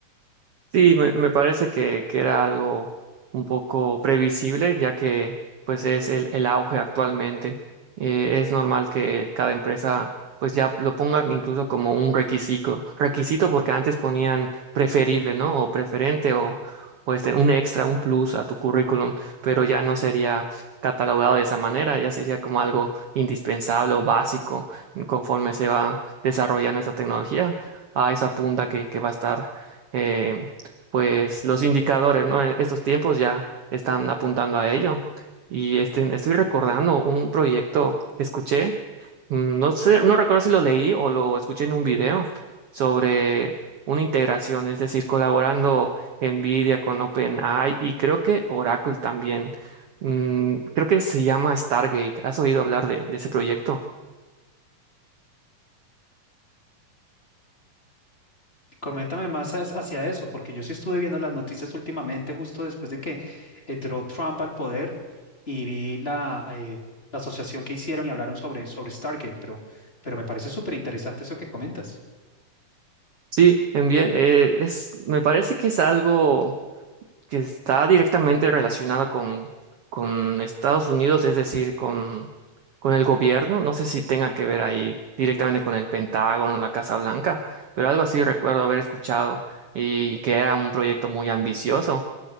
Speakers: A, on the right; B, on the left.
A: Sí, me, me parece que, que era algo un poco previsible, ya que pues es el, el auge actualmente. Eh, es normal que cada empresa pues ya lo ponga incluso como un requisito, requisito porque antes ponían preferible, ¿no? O preferente o, o este, un extra, un plus a tu currículum, pero ya no sería catalogado de esa manera, ya sería como algo indispensable o básico conforme se va desarrollando esta tecnología. A esa punta que, que va a estar. eh, pues los indicadores, ¿no? E- Estos tiempos ya están apuntando a ello. Y este, estoy recordando un proyecto que escuché, mm, no sé, no recuerdo si lo leí o lo escuché en un video sobre una integración, es decir, colaborando NVIDIA con OpenAI y creo que Oracle también. Mm, creo que se llama Stargate. ¿Has oído hablar de, de ese proyecto?
B: Coméntame más as- hacia eso, porque yo sí estuve viendo las noticias últimamente, justo después de que entró Trump al poder y vi la, eh, la asociación que hicieron y hablaron sobre, sobre Stargate, pero, pero me parece súper interesante eso que comentas.
A: Sí, en bien, eh, es, me parece que es algo que está directamente relacionado con, con Estados Unidos, es decir, con, con el gobierno. No sé si tenga que ver ahí directamente con el Pentágono, la Casa Blanca, pero algo así recuerdo haber escuchado y que era un proyecto muy ambicioso.